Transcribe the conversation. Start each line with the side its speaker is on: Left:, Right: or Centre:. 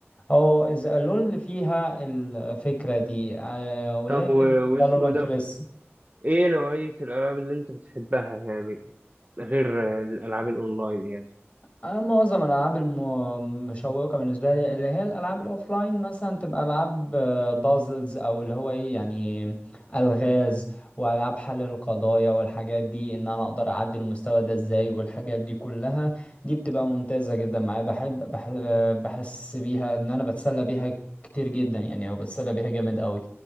Left: هو اذا قالوا اللي فيها الفكرة دي آه، ولكن
Right: طب و... واسمه
Left: فالورنت
Right: ده
Left: لسه
Right: ايه نوعيه الالعاب اللي انت بتحبها يعني غير الالعاب الاونلاين يعني
Left: أنا معظم الألعاب المشوقة بالنسبة لي اللي هي الألعاب الأوفلاين مثلا تبقى ألعاب بازلز أو اللي هو إيه يعني ألغاز وألعاب حل القضايا والحاجات دي إن أنا أقدر أعدي المستوى ده إزاي والحاجات دي كلها دي بتبقى ممتازة جدا معايا بحب بح- آه، بحس بيها إن أنا بتسلى بيها كتير جدا يعني أو بتسلى بيها جامد أوي